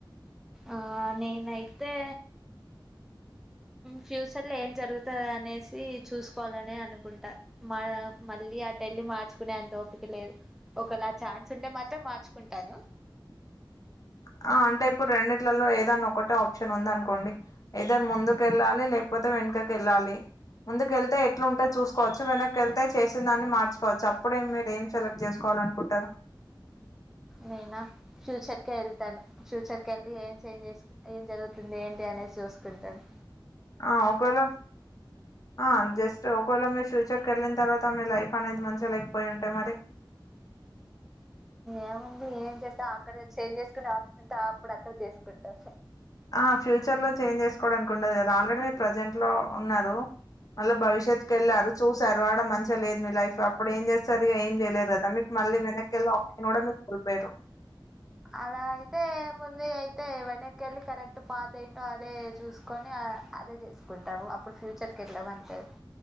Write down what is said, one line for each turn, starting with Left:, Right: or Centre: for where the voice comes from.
Centre: ఆ నేనైతే ఫ్యూచర్ లో ఏం జరుగుతది అనేసి చూసుకోవాలనే అనుకుంటా మా మళ్ళీ అటెల్లి మార్చుకునే అంత ఓపిక లేదు ఒకలా ఛాన్స్ ఉంటే మాత్రం మార్చుకుంటాను.
Left: <inaudible> ఆ అంటే ఇప్పుడు రెండిట్లలలో ఏదన్నా ఒక్కటే ఆప్షన్ ఉంది అనుకోండి ఏదాని ముందుకు వెళ్ళాలి లేకపోతే వెనుకకి వెళ్ళాలి ముందుకు వెళ్తే ఇట్లు ఉంటే చూసుకోవచ్చు వెనక్కి వెళ్తే చేసినందాన్ని మార్చుకోవచ్చు అప్పుడే మీరు ఏం సెలెక్ట్ జేసుకోవాలి అనుకుంటారు <inaudible>
Centre: నేనా ఫ్యూచర్ కే వెళ్తాను ఫ్యూచర్ కెళ్ళి ఏం చేంజ్ చేస్ ఏం జరుగు వస్తుంది ఏంటి అనేసి జూసుకుంటాను
Left: ఆ ఒకరు ఆ జస్ట్ ఒకళ మీరు ఫ్యూచర్ కెళ్ళిన తర్వాత ఆమె లైఫ్ అనేది మంచి లేకపోయింటే మరి
Centre: ఏముంది ఏం చేస్తావు అక్కడ చేంజ్ చేసుకుంటే ఆప్షన్ ఎంత అప్పుడు అక్కడ చేసుకుంటాం
Left: ఆ ఫ్యూచర్ లో చేంజ్ చేసుకోవడానికి ఉండదు కదా ఆల్రెడీ మీరు ప్రజెంట్ లో ఉన్నారు మళ్ళీ భవిష్యత్ కి వెళ్ళారు చూసారు ఆడ మంచిగా లేదు మీ లైఫ్ అప్పుడు ఏం చేస్తారు ఏం చేయలేరు కదా మీకు మళ్ళీ వెనక్కిళ్ళ ఆప్షన్ కూడా మీరు కోల్పోయారు
Centre: అలా అయితే ముందు అయితే వెనక్ వెళ్ళి కరెక్ట్ పాత ఏంటో అదే చూసుకొని అదే చేసుకుంటాము అప్పుడు ఫ్యూచర్ కి ఎళ్ళమంటే